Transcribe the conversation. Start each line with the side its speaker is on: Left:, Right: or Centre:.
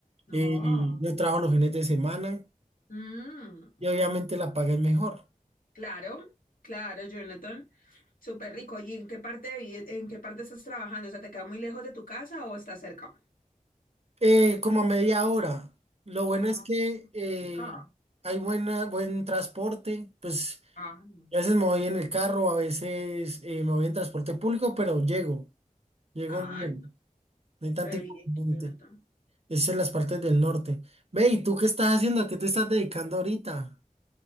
Left: No.
Right: eh, no trabajo los fines de semana
Left: Mm,
Right: y obviamente la paga es mejor.
Left: claro, claro, Jonathan. Súper rico. ¿Y en qué parte, de vi- en qué parte estás trabajando? O sea, ¿te queda muy lejos de tu casa o estás cerca?
Right: Eh, como a media hora. Lo bueno
Left: Ah,
Right: es que eh,
Left: cerca.
Right: hay buena, buen transporte. Pues
Left: Ah, no.
Right: a veces me voy en el carro, a veces eh, me voy en transporte público, pero llego, llego
Left: Ah,
Right: bien. No hay tanto
Left: Re
Right: inconveniente.
Left: bien, Jonathan.
Right: Es en las partes del norte. Ve, ¿y
Left: Mm.
Right: tú qué estás haciendo? ¿A qué te estás dedicando ahorita?